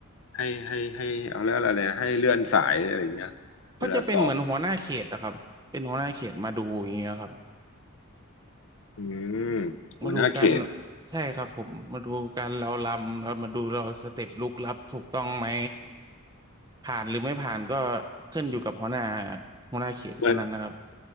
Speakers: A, on the left; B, on the right.
A: ให้ให้ให้เอาเรียอะไรนะให้เลื่อนสายอะไรเงี้ย
B: เขาจะเป็นเหมือนหัวหน้าเขตนะครับเป็นหัวหน้าเขตมาดูอย่างเงี้ยครับ
A: เวลาสอบอืมหัวหน้าเขต
B: มาดูการใช่ครับผมมาดูการเราลำเรามาดูเราสเต็ปลุกลับถูกต้องไหมผ่านหรือไม่ผ่านก็ขึ้นอยู่กับหัวหน้าหัวหน้าเขตคนนั้นนะครับ
A: เหมือน